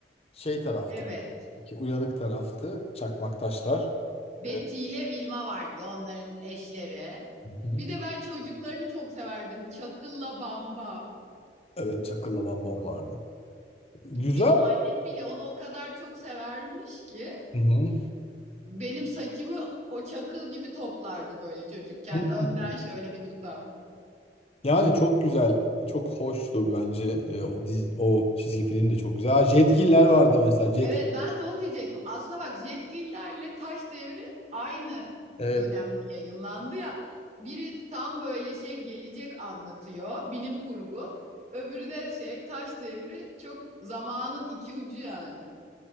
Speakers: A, on the left; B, on the right.
A: şey taraftı.
B: Evet.
A: böyle Ki uyanık taraftı. Çakmak taşlar.
B: Betty
A: Evet,
B: ile Wilma vardı onların eşleri.
A: Hı hı.
B: Bir de ben çocuklarını çok severdim. Çakıl'la Bambam.
A: evet, Çakıl'la Bambam vardı. Güzel.
B: Benim annem bile onu o kadar çok severmiş ki
A: Hı
B: benim saçımı o çakıl gibi toplardı böyle çocukken.
A: hı.
B: Önden şöyle bir tutam.
A: Yani çok güzel, çok hoştu bence. Ee, o dizi, o çizgi film de çok güzel. Ha, Jetgiller vardı mesela. Jet.
B: Evet ben de onu diyecektim. Aslında bak Jetgillerle Taş Devri aynı
A: Evet.
B: dönemde yayınlandı ya. Biri tam böyle şey gelecek anlatıyor, bilim kurgu. Öbürü de şey Taş Devri çok zamanın iki ucu yani.